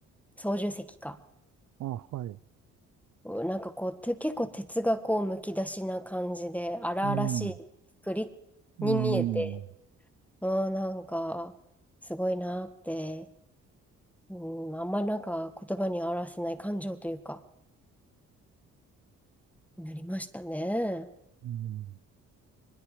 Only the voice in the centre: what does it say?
ー操縦席か。
なんかこう、て、結構哲学をむき出しな感じで、荒々しい作りに見えて、
あーなんか、すごいなーって、うん、まあんまりなんか言葉に表せない感情というか、なりましたね。